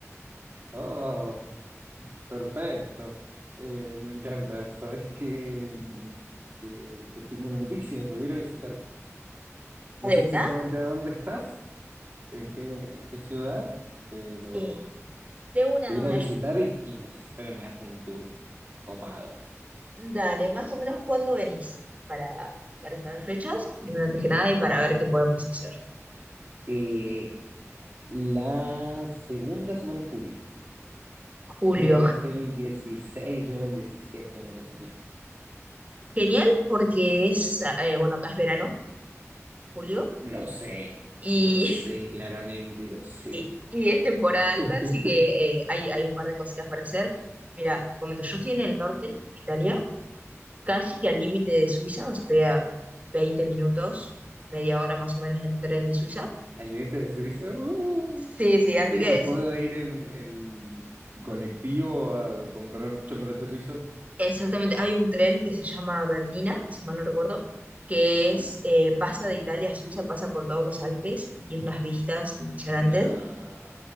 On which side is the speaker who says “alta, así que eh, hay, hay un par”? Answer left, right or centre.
Right